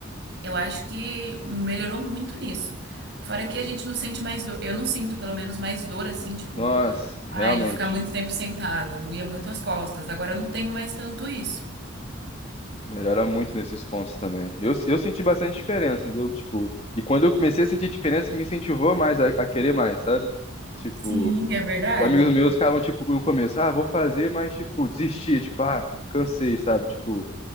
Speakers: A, on the right; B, on the left.
A: Eu acho que melhorou muito nisso. Fora que a gente não sente mais dor. Eu não sinto, pelo menos, mais dor, assim, tipo.
B: Nossa,
A: Ai,
B: realmente.
A: de ficar muito tempo sentada, doía muito as costas. Agora eu não tenho mais tanto isso.
B: Melhora muito nesses pontos também. Eu, eu senti bastante diferença, entendeu? Tipo, e quando eu comecei a sentir diferença, que me incentivou mais a, a querer mais, sabe? Tipo,
A: Sim, é verdade.
B: Os amigos meus ficavam, tipo, no começo, ah, vou fazer, mas, tipo, desistia, tipo, ah, cansei, sabe? Tipo,